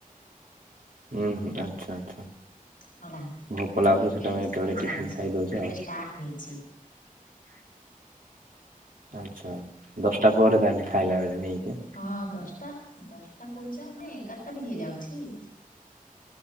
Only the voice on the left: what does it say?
ହେଲା।
ମାନେ
ଏବେ
ରୋଷେଇ
ଚାଲିଛି
ଏବେ
ଷ୍ଟାର୍ଟ ହେଇଛି।
ହଁ ଦଶଟା ଦଶଟା କହୁଛ ଆମେ ଏଗାରଟା ବି ହେଇଯାଉଛି।